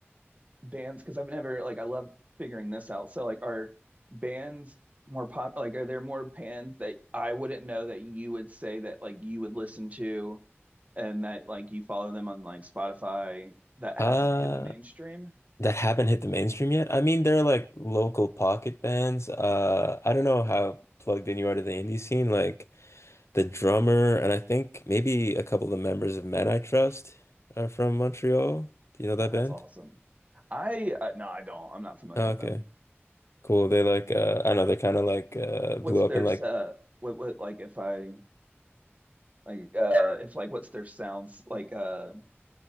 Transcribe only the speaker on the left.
Uh,
that haven't hit the mainstream yet. I mean, they're like local pocket bands. Uh, I don't know how plugged in you are to the indie scene. Like the drummer, and I think maybe a couple of the members of Men I Trust are from Montreal. Do you know that
band?
Oh,
okay,
cool. They like uh, I don't know. They kind of like uh, blew
up
in like